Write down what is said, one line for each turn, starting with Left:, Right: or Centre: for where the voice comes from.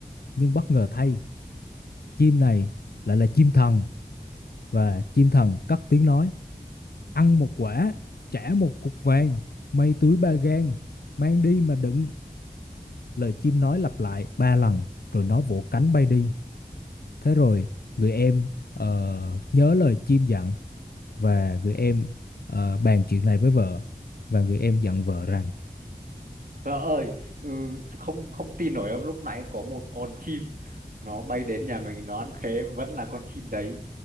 Left: nhưng bất ngờ thay chim này lại là chim thần và chim thần cất tiếng nói ăn một quả trả một cục vàng may túi ba gang mang đi mà đựng lời chim nói lặp lại ba lần rồi nó vỗ cánh bay đi thế rồi người em ờ, nhớ lời chim dặn và người em ờ, bàn chuyện này với vợ và người em dặn vợ rằng
Right: Vợ ơi, ừ, không không tin nổi đâu, lúc nãy có một con chim nó bay đến nhà mình nó ăn khế vẫn là con chim đấy